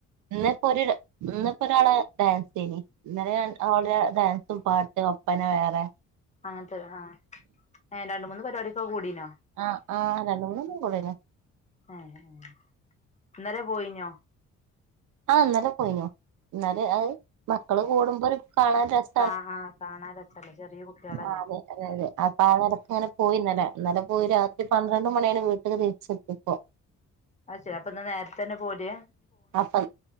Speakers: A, on the right; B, on the left.
A: ഇന്നിപ്പോ ഒരു ഇന്നിപ്പോ ഒരാള ഡാൻസ് ചെയനി ഇന്നാല ആള അവൾടെ ഡാൻസും പാട്ട് ഒപ്പനെ വേറെ
B: അങ്ങനത്തെ ആഹ് ഏഹ് രണ്ട് മൂന്ന് പരിവാടിക്കൊക്കെ കൂടീനോ
A: ആഹ് ആഹ് രണ്ട്മൂന്നെണ്ണം കൂടീന്
B: ഏഹ് ഏഹ് ഇന്നലെ പോയിഞ്ഞോ
A: ആഹ് ന്നലെ പോയിനു ഇന്നാല അത് മക്കള് കൂടുമ്പോ ഒരു കാണാൻ രസ
B: ആഹ് ആഹ് കാണാൻ രസല്ലേ ചെറ്യെ കുട്ട്യേളല്ലേ
A: ആഹ് അതെ അതെ അതെ അപ്പൊ ആ നേരത്തെ ങ്ങനെ പോയി ഇന്നലെ പോയി രാത്രി പന്ത്രണ്ട് മണിയാണ് വീട്ടില്ക്ക് തിരിച്ച്ത്ത്യെപോ
B: അസെരി അപ്പൊ ഇന്ന് നേരത്തെന്നെ പോരെ
A: അപ്പൊ